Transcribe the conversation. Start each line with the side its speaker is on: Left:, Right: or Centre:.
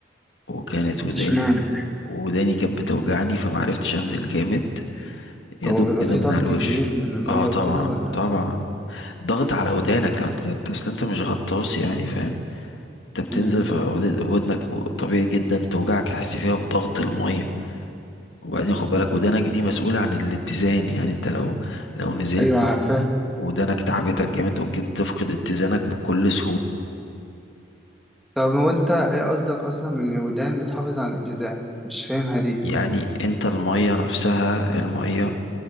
Left: وكانت
Centre: <laughs>
Left: وداني
Centre: ده اشمعنى
Left: وداني كانت بتوجعني فمعرفتش أنزل جامد يا
Centre: هو
Left: دوب
Centre: بيبقى
Left: كده
Centre: فيه
Left: من
Centre: ضغط
Left: على الوش
Centre: كبير من المية
Left: اه
Centre: وكده
Left: طبعا
Centre: ولا
Left: طبعا ضغط على ودانك لو انت اصل انت مش غطاس يعني فاهم انت بتنزل
Centre: امم
Left: فودنك طبيعي جدا توجعك تحس فيها بضغط المية وبعدين خد بالك ودانك دي مسؤولة عن الاتزان يعني انت لو لو نزلت
Centre: ايوه عارفاه
Left: و- ودانك تعبتك جامد ممكن تفقد اتزانك بكل سهولة
Centre: طب هو انت ايه قصدك اصلا من الودان بتحافظ على الاتزان مش فاهمها دي
Left: يعني انت المية نفسها المية